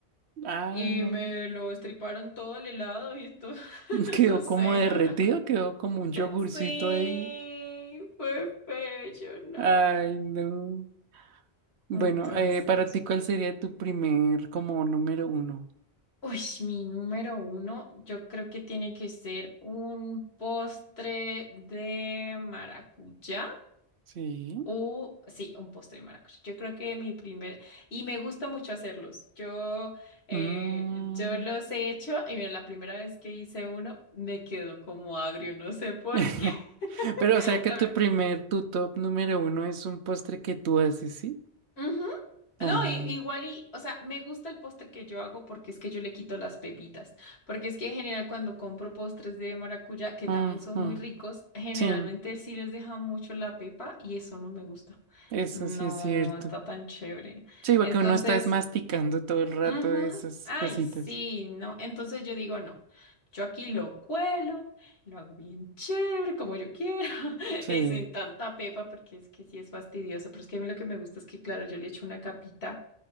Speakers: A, on the right (about 80°); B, on the left (about 75°).
A: Ah,
B: Y me lo estriparon todo el helado y todo. <laughs>
A: <laughs> quedó
B: No sé,
A: como derretido,
B: no, no.
A: quedó como un yogurcito
B: Sí,
A: ahí.
B: fue feo, yo no.
A: Ay, no. Bueno,
B: Entonces,
A: eh, para ti, ¿cuál sería tu primer como número uno?
B: uy, mi número uno, yo creo que tiene que ser un postre de maracuyá
A: Sí.
B: o, sí, un postre de maracuyá. Yo creo que mi primer, y me gusta mucho hacerlos. Yo, eh,
A: Mm.
B: yo los he hecho y mira, la primera vez que hice uno me quedó como agrio, no sé por
A: <laughs>
B: qué.
A: Pero
B: <laughs>
A: o sea que
B: La
A: tu
B: verdad,
A: primer, tu top número uno es un postre que tú haces, ¿sí?
B: Ujú.
A: Ah,
B: No, i- igual y, o sea, me gusta el postre que yo hago porque es que yo le quito las pepitas, porque es que en general cuando compro postres de maracuyá, que
A: ujú,
B: también son muy ricos, generalmente
A: Sí,
B: sí les dejan mucho la pepa y eso no me gusta.
A: eso
B: No
A: sí es cierto.
B: está tan chévere.
A: Sí, porque
B: Entonces,
A: uno está es masticando todo el rato
B: Ujú.
A: esas
B: Ay,
A: cositas.
B: sí, no. Entonces yo digo, no, yo aquí lo cuelo, lo hago bien chévere, como yo quiero, <laughs>
A: Sí.
B: y sin tanta pepa, porque es que sí es fastidioso, pero es que a mí lo que me gusta es que, claro, yo le echo una capita